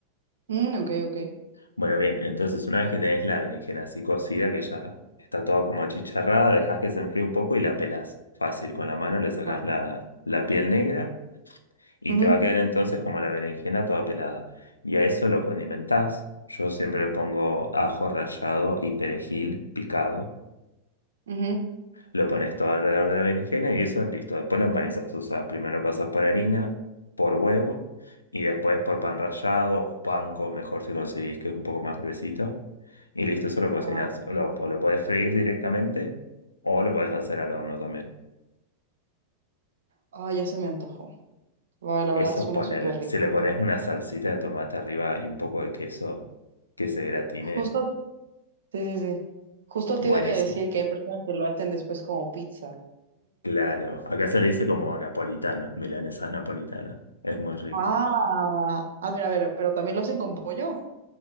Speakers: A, on the right; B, on the left.
A: Mm, ok, ok.
B: Bueno, bien, entonces una vez que tenés la berenjena así cocida, que ya está toda como achicharrada, dejás que se enfríe un poco y la pelás. Fácil, con la mano le sacás
A: Ajá.
B: la, la piel negra. Y
A: Ujú,
B: te va a quedar entonces como la berenjena toda pelada. Y a eso lo condimentás. Yo siempre le pongo ajo rallado y perejil picado.
A: ujú,
B: Lo pones todo alrededor de la berenjena y eso listo. Después lo empanizás. O sea, primero lo pasas por harina, por huevo y después por pan rallado o panko, mejor si conseguís que es un poco más gruesito. Y listo, eso lo cocinás.
A: Ajá.
B: O lo, o lo podés freír directamente o lo podés hacer al horno también.
A: Ay, ya se me antojó. Ay, la
B: Eso
A: verdad suena
B: ponele.
A: súper rico.
B: Si le pones una salsita de tomate arriba y un poco de queso que se gratine,
A: Justo, sí, sí, sí. Justo te
B: buenísimo.
A: iba a decir que hay personas que lo hacen después como pizza.
B: Claro, acá se le dice como napolitana, milanesas napolitanas. Es muy rico.
A: Ah, a ver, a ver, pero también lo hacen con pollo.